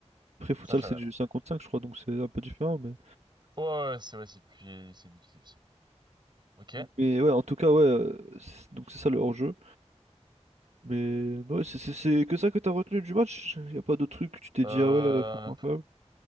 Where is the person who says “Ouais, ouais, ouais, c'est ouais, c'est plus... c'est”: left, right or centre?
Right